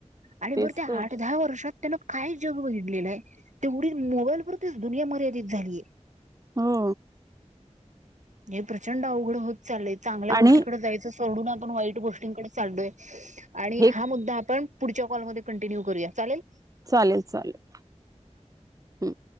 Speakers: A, on the right; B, on the right.
A: आणि बरं
B: तेच
A: त्या
B: तर
A: आठ दहा वर्षात त्यांन काय जग घडलेलं आहे तेवढी मोबाईलवररतीच दुनिया मर्यादित झालीय
B: हो
A: हे प्रचंड अवघड होत चालेल चांगल्या गोष्टीकडे
B: आणि
A: जायचं सोडून आपण वाईट गोष्टींकडे चाढलोय आणि
B: हे
A: हा मुद्दा आपण पुढच्या कॉलमध्येध्ये कंटिन्यू करूया चालेल
B: चालेल चालेल हम्